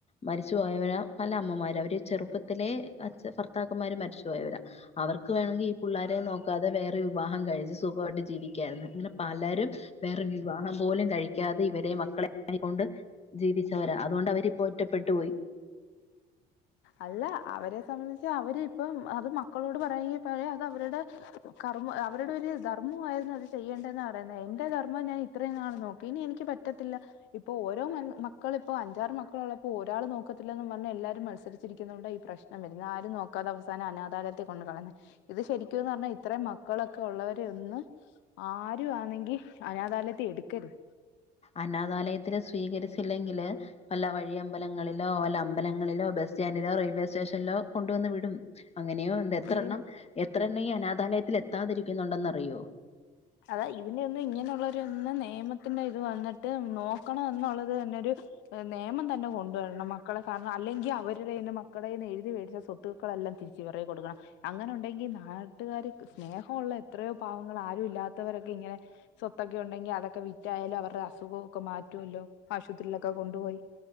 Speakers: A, on the left (about 35°); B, on the left (about 80°).
A: മരിച്ചു പോയവരാ. പല അമ്മമാര് അവര് ചെറുപ്പത്തിലെ അച്ഛ ഭർത്താക്കന്മാര് മരിച്ചുപൊയവരാ. അവർക്ക് വേണമെങ്കിഈ പുള്ളാരെ നോക്കാതെ വേറെരു വിവാഹം കഴിച്ചു സുഖമായിട്ട് ജീവിക്കായിര്ന്ന്. ഇങ്ങനെ പലരും വേറെ വിവാഹം പോലും കഴിക്യാതെ ഇവരെ മക്കളെകൊണ്ട് ജീവി ച്ചവരാ. അതൊണ്ട് അവര് പ്പോ ഒറ്റപ്പെട്ടു പോയി.
B: അല്ല. അവരെ സംബന്ധിച്ച് അവര് ഇപ്പം അത് മക്കളോട് പറയെങ്കി പറയാ അതവരുടെ കർമ്മ അവരുടെ ഒരു ധർമ്മുആയിരുന്ന് അത് ചെയ്യേണ്ടെന്നാ പറയുന്നത്. എന്റെ ധർമ്മം ഞാന് ഇത്രയും നാള് നോക്കി. ഇനി എനിക്ക് പറ്റത്തില്ല. ഇപ്പൊ ഓരോ മ മക്കളിപ്പോ അഞ്ചാറ് മക്കളുള്ളപ്പോ ഒരാള് നോക്കത്തില്ലന്നും പർഞ്ഞ് എല്ലാരും ത്സരിച്ചിരിക്കുന്നോണ്ടാ ഈ പ്രശ്നം വരുന്ന. ആരും നോക്കാതെ അവസാനം അനാഥാലയത്തി കൊണ്ട് കളയുന്ന ഇത് ശരിക്കുംന്ന് പർഞ്ഞാ ഇത്രയും മക്കളൊക്കെ ഉള്ളവര് ഒന്ന് ആരു ആന്നെങ്കി അനാധാലയത്തി എട്ക്കരുത്.
A: അനാഥാലയത്തില് സ്വീകരിച്ചില്ലെങ്കില് വല്ല വഴി അമ്പലങ്ങളിലോ വല്ല അമ്പലങ്ങളിലോ ബസ് സ്റ്റാൻഡിലോ റെയിൽവേ സ്റ്റേഷനിലോ കൊണ്ടുവന്ന് വിടും. അങ്ങനെയും ഉണ്ട് എത്രണ്ണം.
B: ഇതിന്
A: എത്രണ്ണം ഈ അനാഥാലയത്തിലെത്താതിരിക്കുന്നുണ്ടെന്നറിയോ.
B: അതാ ഇതിനെ ഒന്നും ഇങ്ങനെള്ളെരു ഒന്ന് നിയമത്തിന്റെ ഇത് വന്നിട്ട് നോക്കണം എന്നുള്ളത് തന്നൊരു നിയമം തന്നെ കൊണ്ടുവരണം. മക്കളെ കാരണം അല്ലെങ്കി അവരുടെ യ്യിന്ന് മക്കളടേന്ന് എഴുതി വേടിച്ച സ്വത്തുക്കളെല്ലാം തിരിച്ചിവരെ കൊടുക്കണം. അങ്ങനെ ഉണ്ടെങ്കി നാട്ടുകാര് സ്നേഹോള്ള എത്രയോ പാവങ്ങൾ ആരും ഇല്ലാത്തവരൊക്കെ ഇങ്ങനെ സ്വത്തൊക്കെ ഉണ്ടെങ്കി അതൊക്കെ വിറ്റായാലും അവരുടെ അസുഗൊക്കെ മാറ്റൊല്ലോ ആശുപത്രിയിലൊക്കെ കൊണ്ടുപോയി